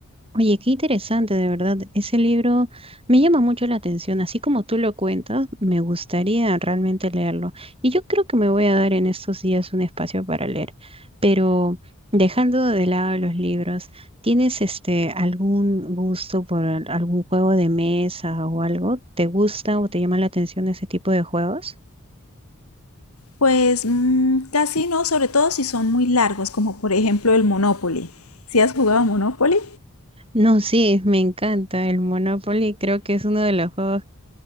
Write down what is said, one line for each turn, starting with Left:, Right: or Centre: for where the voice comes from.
Right: Oye, qué interesante, de verdad. Ese libro me llama mucho la atención. Así como tú lo cuentas, me gustaría realmente leerlo. Y yo creo que me voy a dar en estos días un espacio para leer. Pero dejando de lado los libros, ¿tienes este algún gusto por al- algún juego de mesa o algo? ¿Te gusta o te llama la atención ese tipo de juegos?
Left: Pues mm, casi no, sobre todo si son muy largos, como por ejemplo el Monopoly. ¿Si has jugado a Monopoly?
Right: No, sí, me encanta el Monopoly. Creo que es uno de los juegos